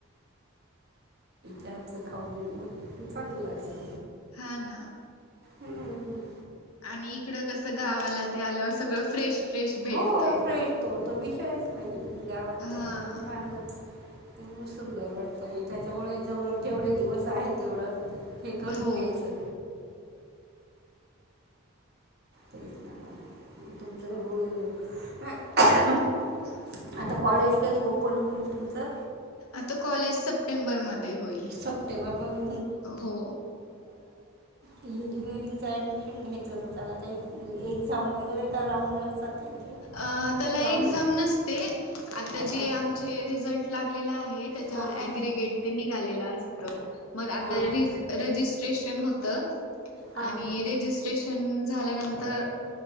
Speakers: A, on the right (about 50°); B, on the left (about 80°).
A: ह खाऊन मग चांगलं असत
B: हा ना
A: हम्मम
B: आणि इकडं कसं गावाला ते आल्यावर सगळं फ्रेश फ्रेश भेटत
A: हो फ्रेश तो तो विषयच नाही गावात
B: हा
A: तर एकदम छानच तेवढ सुंदर वाटतं म ग त्याच्यामुळे जेव जेवढे दिवस आहे तेवढं हे करून
B: हो
A: घ्यायचं तेच नाही तुमचं आता कॉलेज कधी ओपन होईल तुमचं
B: आता कॉलेज सप्टेंबरमध्ये होईल
A: सप्टेंबरमध्ये
B: हो
A: इंजिनिअरिंगच ऍडमिशन घ्यायचं होत त्याला काही एक्झाम वगैरे का राऊंड त्यांचे
B: आ त्याला
A: फॉर्मवर
B: एक्झाम नसते आता जे
A: हां
B: आमचे रिझल्ट लागलेले आहेत त्याचे
A: हां
B: त्याच्यावर
A: हां
B: अग्रिगेट ते निघालेलं असत मग आता
A: हां हां
B: रजिस्ट्रेशन होत आणि
A: हां
B: रेजिस्ट्रेशन झाल्यानंतर